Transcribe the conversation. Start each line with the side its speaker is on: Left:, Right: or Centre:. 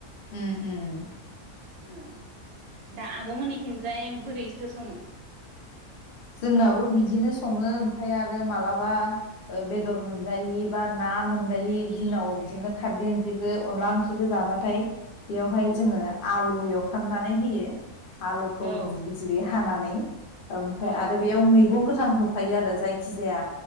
Left: उम ओम
Right: औ दा आब' मोननिथिंजाय बोरै इस्थो सङो
Left: जोंनाबो बिदिनो सङो ओमफाय आरो मालाबा बेदर मोनजायो बार ना मोनजायि दिनाव बिदिनो खारदै ओंख्रिखौ अनला ओंख्रिखौ जाबाथाय बेवहाय
Right: औ
Left: जोङो आलु य हमनानै होयो आलुखौ
Right: औ
Left: गिदिर गिदिरै हाना नै
Right: औ
Left: आरो बेयाव मैंगं गोथां गोथां होफायो आरो जायखिजाया